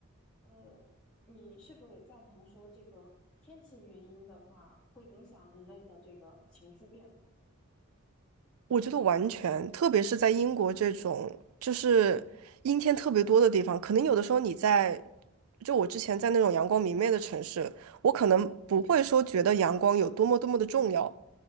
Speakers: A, in the centre; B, on the right.
A: 呃，你是否也赞同说这个天气原因的话，会影响人类的这个情绪变化？
B: 我觉得完全，特别是在英国这种就是阴天特别多的地方，可能有的时候你在，就我之前在那种阳光明媚的城市，我可能不会说觉得阳光有多么多么的重要，
A: 嗯